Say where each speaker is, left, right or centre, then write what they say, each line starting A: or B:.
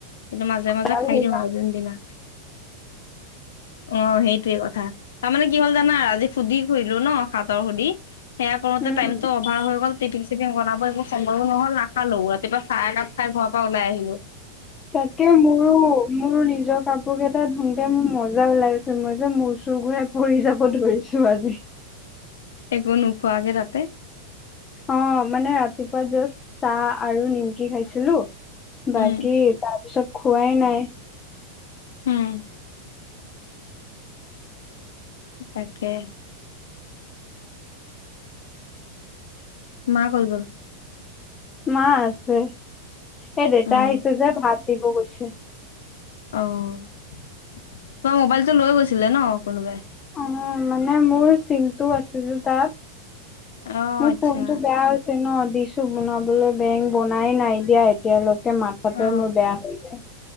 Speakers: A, on the left; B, on the left.
A: কিন্তু মাজে মাজে
B: ভাল
A: খাই
B: হৈ
A: দিওঁ
B: যাম।
A: আৰু যোনদিনা অ সেইটোয়ে কথা তাৰমানে কি হ'ল জানা আজি সুধি কৰিলো ন হাতৰ সুধি। সেয়া কৰোতে
B: উম।
A: টাইম হৈ গল টিফিন চিফিন বনাব একো চো নহল নাখালো ৰাতিপুৱা চাহ একাপ খাই ঘৰৰ পৰা ওলাই আহিলোঁ।
B: তাকে মোৰো মোৰো নিজৰ কাপোৰ কেইটা ধুতে মোৰ মজা ওলাইছে। মই যে মোৰ চুৰ ঘূৰাই পৰি যাব ধৰিছো আজি।
A: একো নোখোৱাকে তাতে।
B: অ মানে ৰাতিপুৱা জাষ্ট চাহ আৰু নিমকি খাইছিলো বাকী
A: উম
B: তাৰপিছত খোৱাই নাই।
A: হম। তাকে মা কলে গল
B: মা আছে এই দেউতা
A: উম
B: আহিছে যে ভাত দিব গৈছে।
A: অ তোমাৰ মোবাইলটো লৈ গৈছিলে ন কোনোবাই?
B: অ মানে মোৰ চিমটো আছে যে তাত
A: অ
B: মোৰ
A: আচ্ছা
B: ফোনটো বেয়া হৈছে ন। দিছো বনাবলৈ বেং বনাই নাই দিয়া এতিয়ালৈকে মাথাটোয়ে
A: অ
B: মোৰ বেয়া হৈ যায়।